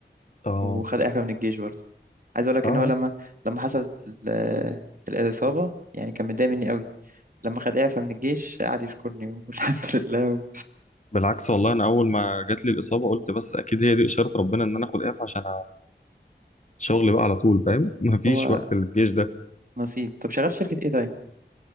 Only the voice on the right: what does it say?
وخد إعفاء من الجيش برضه عايز أقول لك
إن هو لما لما حصلت ال- الإصابة يعني كان متضايق مني قوي لما خد إعفاء من الجيش قعد يشكرني <laughs> والحمد لله
هو
نصيب طب شغال في شركة إيه طيب؟